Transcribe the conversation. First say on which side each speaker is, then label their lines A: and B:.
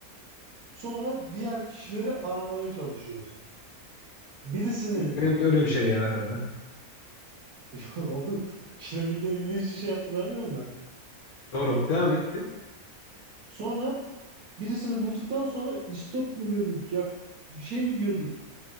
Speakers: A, on the right (about 75°); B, on the left (about 80°).
A: Sonra diğer kişileri aramaya çalışıyoruz. Birisini
B: İlk Rem'de öyle bir şey ya herhalde.
A: <laughs> kiremitle ilgili hiçbir şey hatırlamıyorum ben.
B: Doğru. Devam et. bir.
A: Sonra birisini bulduktan sonra istop mu diyorduk, yak bir şey mi diyorduk?